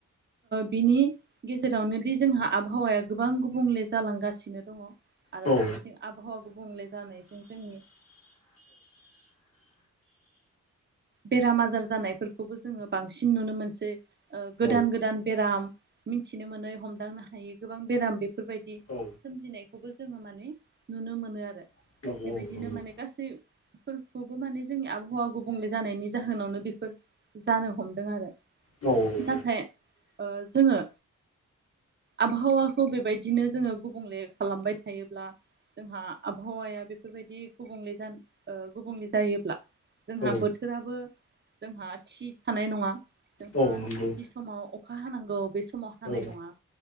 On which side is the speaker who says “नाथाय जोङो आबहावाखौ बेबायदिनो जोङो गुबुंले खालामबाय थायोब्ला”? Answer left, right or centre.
Right